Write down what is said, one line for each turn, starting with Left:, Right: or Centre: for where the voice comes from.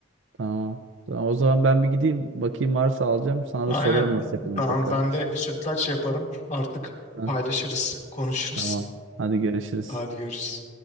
Right: Tamam. Tamam, O zaman ben bir gideyim. Bakayım varsa alacağım. Sana
Left: Aynen.
Right: da sorarım nasıl yapalım
Left: Tamam
Right: tekrar.
Left: ben de sütlaç yaparım. Artık
Right: Hah,
Left: paylaşırız, konuşuruz.
Right: Tamam. Hadi görüşürüz.
Left: Hadi görüşürüz.